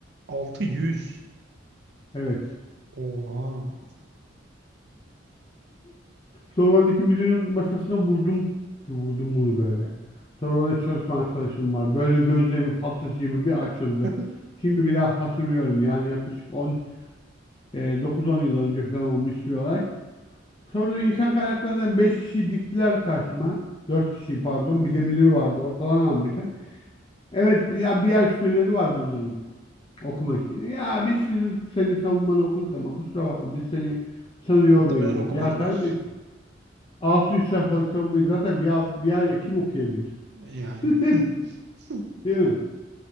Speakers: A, on the right; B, on the left.
A: 600.
B: Evet.
A: Oha.
B: Sonra oradaki müdürün masasına vurdum. Bir vurdum bunu böyle. Sonra orada çalışma arkadaşım var. Böyle gözleri fal taşı gibi bir açıldı.
A: <laughs>
B: Şimdi bile hatırlıyorum. Yani yaklaşık 10, e, 9-10 yıl önce falan olmuş bir olay. Sonra da insan kaynaklarından 5 kişi diktiler karşıma. 4 kişi pardon. Bir de müdür vardı. Ortalan almışlar. Evet ya bir ay süreleri var bunların okumak için. Ya biz sizi, seni savunmanı okuduk ama kusura bakma biz seni sana
A: Muhtemelen
B: yol veriyoruz.
A: okumadılar.
B: Ya kardeş 600 sayfalık savunmayı zaten bir, alt- bir ayda kim okuyabilir?
A: Yani.
B: <laughs>
A: <laughs>
B: Değil mi?